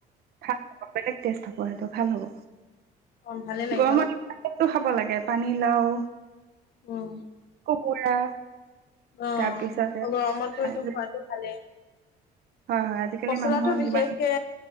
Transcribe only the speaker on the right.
ভাল হ বেলেগ টেষ্ট হব সেইটো ভাল হ'ব।
গৰমতো
ফাকেটো খাব লাগে। পানী লাও,
কোমোৰা,
তাৰপিছতে
হয়
হয় আজিকালি
মানুহৰ
যিমান